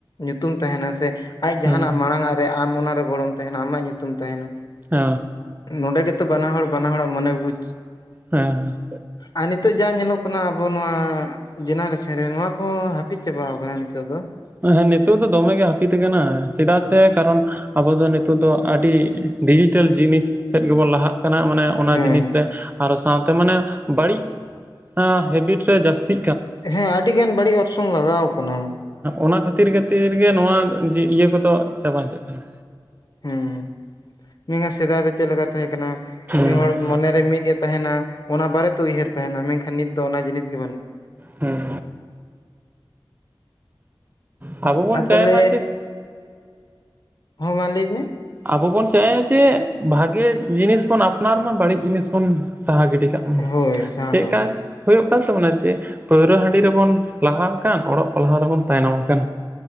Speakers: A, on the left; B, on the right.
A: ᱧᱩᱛᱩᱢ ᱛᱟᱸᱦᱮᱸᱱᱟ, ᱥᱮ ᱟᱡ ᱡᱟᱦᱟᱱᱟᱜ
B: ᱦᱩᱸ
A: ᱢᱟᱲᱟᱝ ᱟᱜ ᱨᱮ ᱟᱢ ᱚᱱᱟᱨᱮ ᱜᱚᱲᱚᱢ ᱛᱟᱸᱦᱮᱸᱱᱟ ᱟᱢᱟᱜ ᱧᱩᱛᱩᱢ ᱛᱟᱸᱦᱮᱸᱱᱟ᱾
B: ᱚᱻ
A: ᱱᱚᱰᱮ ᱜᱮᱛᱚ ᱵᱟᱱᱟ ᱦᱚᱲ ᱵᱟᱱᱟ ᱦᱚᱲᱟᱜ ᱢᱚᱱᱮ ᱵᱩᱡ
B: ᱦᱮᱸ
A: ᱟᱨ ᱱᱤᱛᱚᱜ ᱡᱟ ᱧᱮᱞᱚᱜ ᱠᱟᱱᱟ, ᱟᱵᱚ ᱱᱚᱣᱟ ᱡᱮᱱᱟᱨᱮᱥᱮᱱ ᱨᱮ ᱱᱚᱣᱟ ᱠᱚ ᱦᱟᱯᱤᱫ ᱪᱟᱵᱟᱣ ᱠᱟᱱᱟ ᱱᱤᱛᱚᱜ ᱫᱚ᱾
B: ᱦᱮᱸ ᱱᱤᱛᱚᱜ ᱫᱚ ᱫᱚᱢᱮ ᱜᱮ ᱦᱟᱯᱤᱛ ᱠᱟᱱᱟ, ᱪᱮᱫᱟᱜ ᱥᱮ ᱠᱟᱨᱚᱱ ᱟᱵᱚ ᱫᱚ ᱱᱤᱛᱚᱜ ᱫᱚ ᱟᱹᱰᱤ ᱰᱤᱡᱤᱴᱮᱞ ᱡᱤᱱᱤᱥ ᱥᱮᱫ ᱜᱮᱵᱚᱱ ᱞᱟᱦᱟᱜ ᱠᱟᱱᱟ᱾ ᱚᱱᱟ
A: ᱦᱮᱸ
B: ᱡᱤᱱᱤᱥ ᱨᱮ ᱟᱨᱚ ᱥᱟᱶᱛᱮ ᱢᱟᱱᱮ ᱵᱟᱹᱲᱤᱪ ᱦᱮᱵᱤᱴ ᱨᱮ ᱡᱟᱹᱥᱛᱤ
A: ᱦᱮᱸ ᱟᱰᱤ ᱜᱟᱱ ᱵᱟᱹᱲᱤᱡ ᱚᱨᱥᱚᱝ ᱞᱟᱜᱟᱣ ᱠᱟᱱᱟ᱾
B: ᱚᱱᱟ ᱠᱷᱟᱹᱛᱤᱨ ᱠᱷᱟᱹᱛᱤᱨ ᱜᱮ ᱱᱚᱣᱟ ᱤᱭᱟᱹ ᱠᱚᱫᱚ ᱪᱟᱵᱟᱪᱟᱜ ᱦᱤᱡᱩᱜ ᱠᱟᱱᱟ᱾
A: ᱦᱩᱸ ᱥᱮᱫᱟᱭ ᱫᱚ ᱪᱮᱫ ᱞᱮᱠᱟ ᱛᱟᱦᱮᱸ ᱠᱟᱱᱟ
B: ᱦᱮᱸ
A: ᱢᱤᱫ ᱦᱚᱲ ᱢᱚᱱᱮᱨᱮ ᱢᱤᱫᱼᱮ ᱛᱟᱸᱦᱮᱸᱱᱟ᱾ ᱚᱱᱟ ᱵᱟᱨᱮᱛᱮ ᱩᱭᱦᱟᱹᱨ ᱛᱟᱸᱦᱮᱸᱱᱟ ᱢᱮᱱᱠᱷᱟᱱ ᱱᱤᱛ ᱫᱚ ᱚᱱᱟ ᱡᱤᱱᱤᱥ ᱜᱮ ᱵᱟᱹᱱᱩᱜᱼᱟ᱾
B: ᱦᱩᱸ ᱟᱵᱚ ᱵᱚᱱ
A: ᱟᱨ
B: ᱪᱟᱭ
A: ᱛᱟᱦᱞᱮ,
B: ᱢᱟ ᱪᱮᱫ
A: ᱦᱚᱸ ᱢᱟ ᱞᱟᱹᱭ ᱢᱮ᱾
B: ᱟᱵᱚ ᱵᱚᱱ ᱪᱟᱭᱟ ᱡᱮ ᱵᱷᱟᱜᱮ ᱡᱤᱱᱤᱥ ᱵᱚᱱ ᱟᱯᱱᱟᱨ ᱢᱟ ᱵᱟᱹᱲᱤᱡ ᱡᱤᱱᱤᱥ ᱵᱚᱱ ᱥᱟᱦᱟ ᱜᱤᱰᱤ ᱠᱟᱜ᱾
A: ᱦᱳᱭ ᱥᱟᱦᱟ
B: ᱪᱮᱫ
A: ᱠᱟᱜ
B: ᱠᱟᱡ
A: ᱢᱮ
B: ᱦᱩᱭᱩᱜ ᱠᱟᱱ ᱛᱟᱵᱚᱱᱟ ᱡᱮ ᱯᱟᱹᱣᱨᱟᱹ ᱦᱟᱺᱰᱤ ᱨᱮᱵᱚᱱ ᱞᱟᱦᱟᱜ ᱠᱟᱱ ᱚᱞᱚᱜ ᱯᱟᱲᱦᱟᱣ ᱨᱮᱵᱚᱱ ᱛᱟᱭᱱᱚᱢ ᱟᱠᱟᱱ᱾